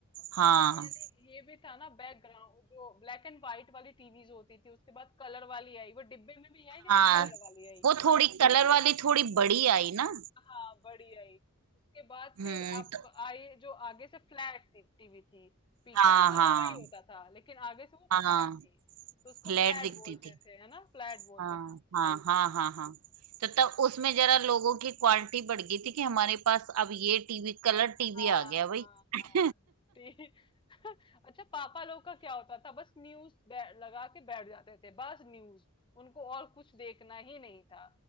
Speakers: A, on the right; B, on the left.
A: हाँ
B: अच्छा पहले ये भी था ना बैकग्राउंड जो ब्लैक एंड व्हाइट वाली टीवीज होती थी उसके बाद कलर वाली आई वो डिब्बे में भी आई लेकिन
A: हाँ
B: कलर वाली आई
A: वो थोड़ी कलर वाली थोड़ी बड़ी आई ना
B: हाँ बड़ी आई उसके बाद
A: हम्म
B: फिर आप
A: तो
B: आई जो आगे से फ्लैट टीवी थी पीछे
A: हाँ
B: तो सारा
A: हाँ
B: वही होता था लेकिन आगे से वो फ्लैट
A: हाँ
B: थी तो उसको
A: फ्लैट
B: फ्लैट
A: दिखती
B: बोलते
A: थी
B: थे है ना फ्लैट बोलते
A: हाँ
B: थे उसको
A: हाँ हाँ हाँ हाँ तो तब उसमें जरा लोगों की क्वालिटी बढ़ गई थी कि हमारे पास अब ये टीवी कलर टीवी
B: हाँ
A: आ गया भाई
B: हाँ
A: <laughs>
B: हाँ ते- <laughs> अच्छा पापा लोग का क्या होता था बस न्यूज लगा के बैठ जाते थे बस न्यूज उनको और कुछ देखना ही नहीं था